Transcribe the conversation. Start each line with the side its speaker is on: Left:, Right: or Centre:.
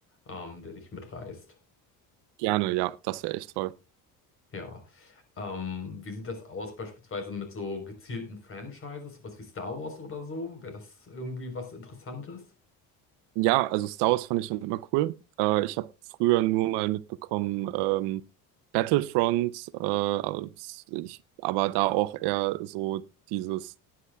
Left: ähm, der dich mitreißt.
Right: gerne? Ja, das wäre echt toll.
Left: Ja. Ähm, wie sieht das aus beispielsweise mit so gezielten Franchises, sowas wie Star Wars oder so? Wäre das irgendwie was Interessantes?
Right: Ja, also Star Wars fand ich schon immer cool. Äh, ich habe früher nur mal mitbekommen, ähm, Battlefront, äh, aber s- ich, aber da auch eher so dieses,